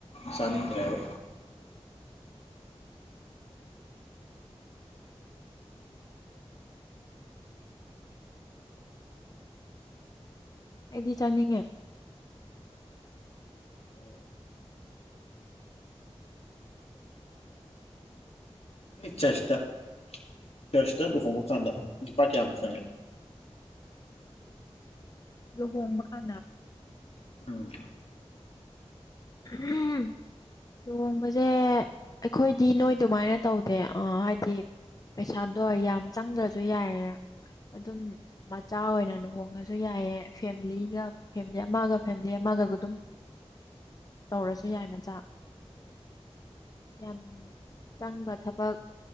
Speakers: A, on the left; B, on the left.
A: ꯆꯥꯅꯤꯡꯗ꯭ꯔꯦꯕ
B: ꯑꯩꯗꯤ ꯆꯅꯤꯡꯅꯤꯡꯉ
A: ꯎꯝ ꯆ ꯆꯩ ꯆꯔꯁꯇ ꯂꯨꯍꯣꯡꯃꯨꯛ ꯀꯥꯟꯗ ꯂꯨꯄꯥ ꯀꯌꯥꯃꯨꯛ ꯆꯪꯉꯦ
B: ꯂꯨꯍꯣꯡꯕ ꯍꯥꯟꯅ
A: ꯎꯝ
B: ꯎꯝ ꯂꯨꯍꯣꯡꯕꯁꯦ ꯑꯩꯈꯣꯏꯗꯤ ꯅꯣꯏ ꯑꯗꯨꯃꯥꯏꯅ ꯇꯧꯗꯦ ꯑ ꯍꯥꯏꯗꯤ ꯄꯩꯁꯥꯗꯣ ꯌꯥꯝ ꯆꯪꯗ꯭ꯔꯁꯨ ꯌꯥꯏꯌꯦꯦ ꯑꯗꯨꯝ ꯃꯆꯥ ꯑꯣꯏꯅ ꯂꯨꯍꯣꯡꯉꯁꯨ ꯌꯥꯏꯑ ꯐꯦꯂꯤꯒ ꯐꯦꯂꯤ ꯑꯃꯒ ꯐꯦꯃꯤꯂꯤ ꯑꯃ ꯃꯥꯒꯒ ꯑꯗꯨꯝ ꯇꯧꯔꯁꯨ ꯌꯥꯏ ꯃꯆꯥ ꯌꯥꯝ ꯆꯪꯕ ꯊꯕꯛ